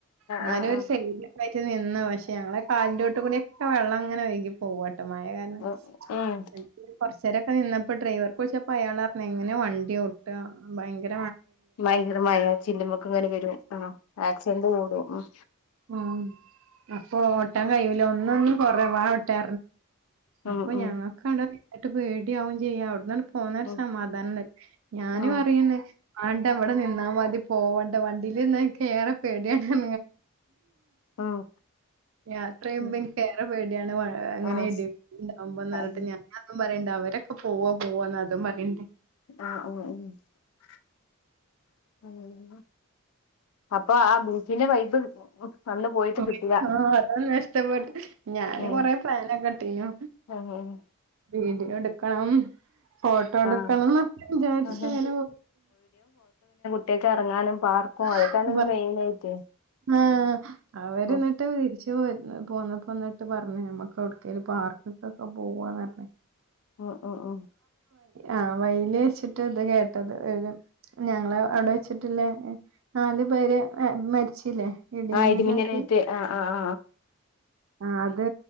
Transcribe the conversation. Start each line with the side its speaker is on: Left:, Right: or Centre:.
Left: ആഹ്
Right: ഇന്നാലും
Left: ആഹ്
Right: ഒര്
Left: ആഹ്
Right: <unintelligible> നിന്ന് പക്ഷെ ഞങ്ങളെ കാലിന്റോട്ട് കൂടി ഒക്കെ വെള്ളം ഇങ്ങനെ ഒയ്കി പോവ മയ കാരനം
Left: ഉം ഉം
Right: <unintelligible> കൊറ് ച്ചേരൊക്കെ നിന്നപ്പോ ഡ്രൈവർക്ക് വിൾച്ചപ്പൊ അയാളർഞ്ഞ് എങ്ങനെ വണ്ടിയോട്ടാ ഭയങ്കര
Left: ഭയങ്കര മഴ ചില്ല് മ്മക്ക് ങ്ങനെ വരും ആ ആക്സിഡന്റ് കൂടും അ
Right: ഉ അപ്പൊ ഓട്ടാൻ കഴൂല ഒന്നൊന്നും കൊറ വാ വട്ടെ
Left: ഉം
Right: അപ്പൊ
Left: ഉം
Right: ഞങ്ങ കാണ് എട്ട് പേടിയാവും ചെയ്യാം അവിട്ന്നക്ക പോന്നരു
Left: ഉം
Right: സമാധാനാ ഞാനു
Left: ഉം
Right: അറിയണ് ആണ്ട വിടെ നിന്നാ മതി പോവണ്ട വണ്ടില്ന്ന് ക്കേറെ പേടിയാണ്
Left: ഉം
Right: യാത്ര ചെയ്യുമ്പോ
Left: ഉം
Right: എനിക്കേറ പേടിയാണ് മഴ അങ്ങനെ
Left: ആഹ്
Right: ഇടിയക്കണ്ടാവുമ്പോന്ന് പറഞ്ഞട്ട്
Left: ആഹ്
Right: ഞാൻ പറയണ്ട അവരൊക്കെ പോവൊം പോവാന്ന് അതും പറയണ്ടേ
Left: ആ ഉഓ ഉ അ <unintelligible> അപ്പൊ ആ ബൂക്കിന്റെ വൈബ് <inaudible>
Right: ആ
Left: കിട്ടില്ല
Right: അതൊന്ന ഇഷ്ടപ്പെട്ട് ഞാന്
Left: ഉം
Right: കൊറെ പ്ലാനൊക്കെട്ടീനു
Left: ഉം
Right: വീട്ടി എടുക്കണം ഫോട്ടോ എടുക്കണം
Left: ആഹ്
Right: എന്നൊക്ക വിചാരിച്ച
Left: ആഹ്
Right: ങ്ങനെ പോ
Left: ഒറ്റയ്ക്ക് ഇറങ്ങാനും പാർക്കും
Right: <unintelligible>
Left: അതൊക്കെയാണല്ലോ മെയിൻ ആയിട്ട്
Right: ആ അവർ
Left: ഉം
Right: എന്നിട്ട് വേടിച്ച <inaudible> പോന്നപ്പോ എന്നിട്ട് പറഞ്ഞേ നമുക്ക് എവിടക്കേലും പാർക്കക്കൊക്കെ പോവാന് പറഞ്ഞെ
Left: ഉം ഉം ഉം
Right: ആ വയിൽ വെച്ചിട്ട് ഇത് കേട്ടത് ഒരു ഞങ്ങൾ അവിടെ വെച്ചിട്ടില്ല നാലു പേര് മരിച്ചില്ലേ ഇടിമിന്നലാട്ടി
Left: ആ ഇടിമിന്നലേറ്റ് ആ ആ ആ
Right: ആഹ് അത്